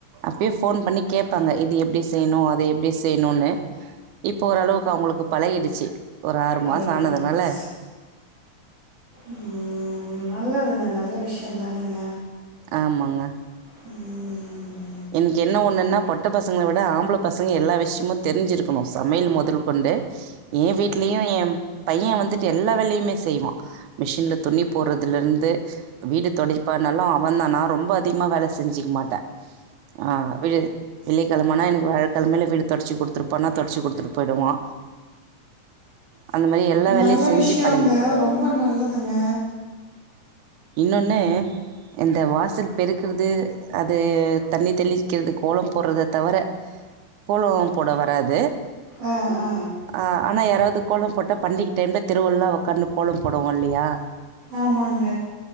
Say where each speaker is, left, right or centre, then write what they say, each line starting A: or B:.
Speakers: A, on the right (about 75°); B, on the right (about 45°).
A: அப்பியே ஃபோன் பண்ணி கேப்பாங்க இது எப்டி செய்னு அது எப்டி செய்னுனு இப்ப ஓரளவுக்கு அவுங்களுக்கு பழகிடுச்சி ஒரு ஆறு
B: பழகிடுச்சு
A: மாச ஆனதுனால
B: ம் நல்லதுங்க நல்ல விஷ்ய தானங்க
A: ஆமாங்க
B: ம்
A: எனக்கு என்ன ஒண்ணுனா பொட்ட பசங்கள விட ஆம்பள பசங்க எல்லா விஷ்யமு தெரிஞ்சிருக்கனு சமையல் மொதல் கொண் டு எ வீட்லயு எ பைய வந்துட் டு எல்லா வேலையுமே செய்வா மிஷின்ல துணி போற்றதுலருந்து வீடு தொடைப்பா நல்லா அவந்தா நா ரொம்ப அதிகமா வேல செஞ்சிக்க மாட்ட ஆ விடு வெள்ளிக்கெழ மனா எனக்கு வியாழக் கெழமைல வீடு தொடச்சு குடுத்துருப்பா தொடச்சு குடுத்துட்டு போய்டுவா அந்த மாரி எல்லா வேலையு
B: நல்ல
A: செஞ்சி
B: விஷயங்க
A: பழகிட்டா
B: ரொம்ப நல்லதுங்க
A: இன்னொன்னு இந்த வாசல் பெருக்குறது அது தண்ணி தெளிக்கிறது கோல போட்றத தவிர கோலோ போட வராது
B: ஆ ஆ
A: ஆ ஆனா யாரவது கோல போட்டா பண்டிக டைம்ல தெருவெல்லா ஒக்காந்துனு கோல போடுவோ இல்லையா
B: ஆமாங்க